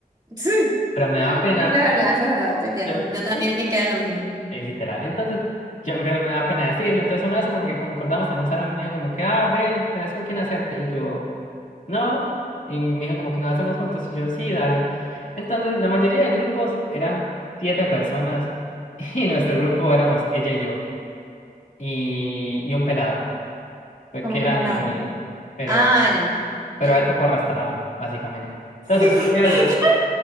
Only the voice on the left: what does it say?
pero me da pena,
yo,
sí,
eh, literal, entonces, yo, pero me da pena decirle, entonces una vez como que concordamos en un salón y me dijo como que, ah, ve, tenés con quién hacerte, y yo... No. Y me dijo como que nos hacemos juntos. Y yo, sí, dale. Entonces, la mayoría de grupos eran siete personas <laughs> y nuestro grupo éramos ella y yo y, y un pelado, pues,
que
era
amigo mío, pero,
pero
a
él tocó arrastrarlo, básicamente. Entonces,
el parcial